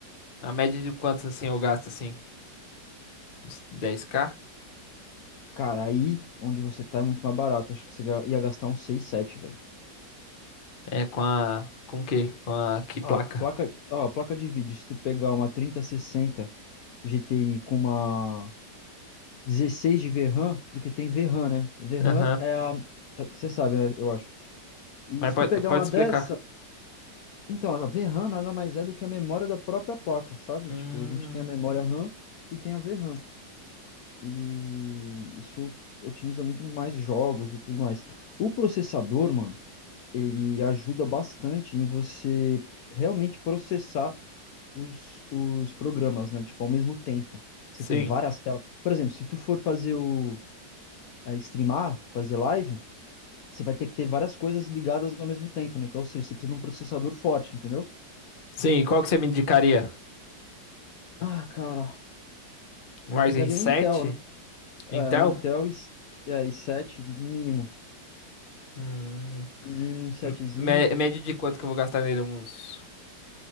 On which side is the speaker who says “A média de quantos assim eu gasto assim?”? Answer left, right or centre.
Left